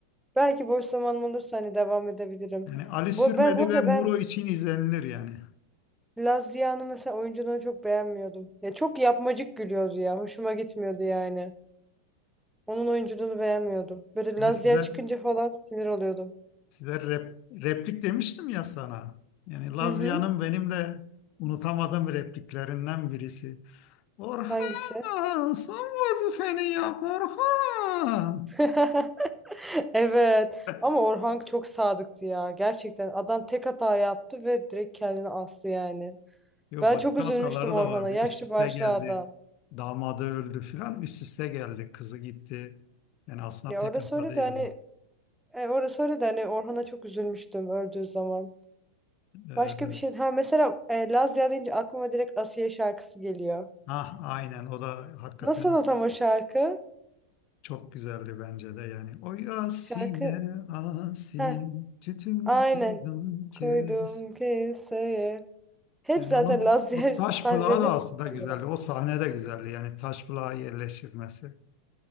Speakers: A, in the centre; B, on the left (about 40°).
A: Belki boş zamanım olursa hani devam edebilirim.
B: Yani Ali Sürmeli
A: Bu, ben, bu arada
B: ve Muro
A: ben
B: için izlenilir yani.
A: Laz Ziya'nın mesela oyunculuğunu çok beğenmiyordum. Ya çok yapmacık gülüyordu ya. Hoşuma gitmiyordu yani. Onun oyunculuğunu beğenmiyordum. Böyle
B: Hani
A: Laz
B: size
A: Ziya çıkınca falan sinir oluyordum.
B: size rep- replik demiştim ya sana. Yani Lazia'nın
A: Hı hı.
B: benim de unutamadığım repliklerinden birisi. Orhan,
A: Hangisi?
B: son vazifeni yap Orhan.
A: <laughs> Evet.
B: <laughs>
A: Ama Orhan çok sadıktı ya. Gerçekten adam tek hata yaptı ve direkt kendini astı yani.
B: Yok
A: Ben
B: başka
A: çok üzülmüştüm
B: hataları
A: Orhan'a.
B: da vardı.
A: Yaşlı
B: Üst üste
A: başlı
B: geldi.
A: adam.
B: Damadı öldü filan. Üst üste geldi. Kızı gitti. Yani aslında
A: Ya
B: tek
A: orada söyle
B: hata değildi.
A: de hani E, orası öyle de hani Orhan'a çok üzülmüştüm öldüğü zaman.
B: Ee,
A: Başka bir şey. Ha mesela e, Lazya deyince aklıma direkt Asiye şarkısı geliyor.
B: ah aynen o da hakikaten
A: Nasıl o tam o şarkı?
B: Çok güzeldi bence de yani. Oy Asiye,
A: Şarkı.
B: Asiye,
A: Ha
B: tütün
A: aynen.
B: kurdum kes.
A: Koydum keseye. Hep
B: Yani
A: zaten
B: onun
A: Lazya
B: o taş
A: <laughs> sahnelerinde
B: plağı da aslında
A: bunu koyuyorlar.
B: güzeldi. O sahne de güzeldi. Yani taş plağı yerleştirmesi.